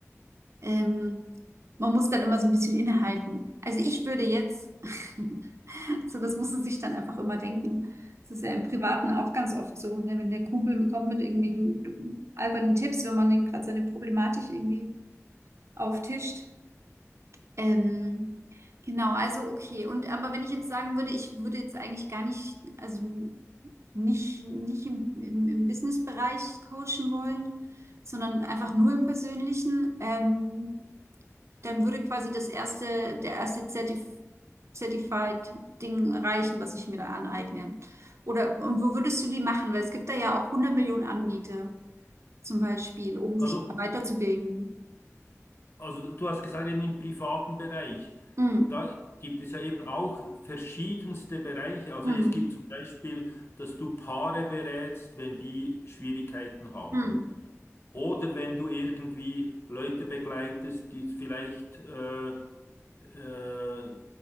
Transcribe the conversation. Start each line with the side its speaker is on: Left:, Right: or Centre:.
Right: Ähm, man muss dann immer so ein bisschen innehalten. Also ich würde jetzt, <laughs> so das muss man sich dann einfach immer denken. Das ist ja im Privaten auch ganz oft so, ne? Wenn der Kumpel kommt mit irgendwelchen albernen Tipps, wenn man dann gerade seine Problematik irgendwie auftischt. Ähm, genau, also okay. Und aber wenn ich jetzt sagen würde, ich würde jetzt eigentlich gar nicht, also nicht, nicht im, im, im Business-Bereich coachen wollen, sondern einfach nur im Persönlichen, ähm, dann würde quasi das erste, der erste Zertif Certified-Ding reichen, was ich mir da aneigne. Oder, und wo würdest du die machen? Weil es gibt da ja auch hundert Millionen Anbieter zum Beispiel, um
Left: Also,
Right: sich da weiterzubilden.
Left: also du hast gesagt, eben im privaten Bereich,
Right: Mm,
Left: da gibt es ja eben auch verschiedenste Bereiche. Also
Right: mm,
Left: es gibt zum Beispiel, dass du Paare berätst, wenn die Schwierigkeiten haben.
Right: mm,
Left: Oder wenn du irgendwie Leute begleitest, die vielleicht äh, äh,